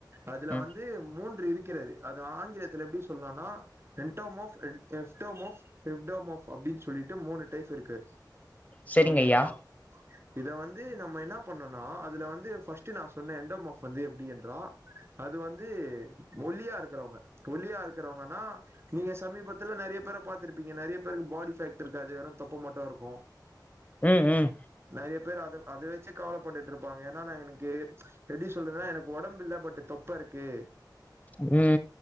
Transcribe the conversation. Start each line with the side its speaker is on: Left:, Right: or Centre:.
Right: அதுல
Left: ம்
Right: வந்து மூன்று இருக் விக்கிறது அது ஆங்கிலத் தல எப்டி சொல்லானா எண்டோமோஃப் எஸ்டோமோஃப் எஃப்டோமோஃப் அப்டின் சொல்லிட்டு மூணு டைப் இருக்கு
Left: செரிங்கஐயா
Right: ஓகேங்களா இத வந்து நம்ம என்ன பண்ணோனா அதுல வந்து ஃபர்ஸ்ட் நா சொன்னே என்டோமோஃப் வந்து எப்டி என்றா அது வந்து ஒல்லியா இருக்கிறவங்க ஒல்லியா இருக்கிறவங்கன்னா நீங்க சமீபத்துல நறைய பேரை பா்த்திருப்பீங்க நறைய பேருக்கு பாடி ஃபேக்ட் இருக்காது வெறும் தொப்ப மட்டும் இருக்கும்
Left: உம்-உம்
Right: நறைய பேர் அது அதை வச்சே கவலைப்பட்டுட்டு இருப்பாங்க ஏன்னா நா எனக்கு எப்படி சொல்றதுன்னா எனக்கு உடம்பு இல்லை பட் தொப்ப இருக்கு
Left: உம்